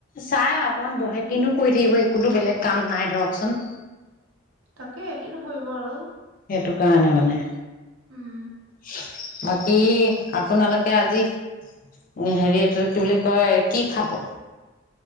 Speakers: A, on the left (about 40°); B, on the right (about 75°).
A: চাই অকণ বহে, কিনো কৰি থাকিব, একোটো বেলেগ কাম নাই ধৰকচোন।
B: তাকেই কিয়নো কৰিব আৰু।
A: এইটো কাৰণে মানে।
B: উম
A: বাকী আপোনালোকে আজি
B: এ-
A: অ', হেৰি এইটো, কি বুলি কয় কি খাব?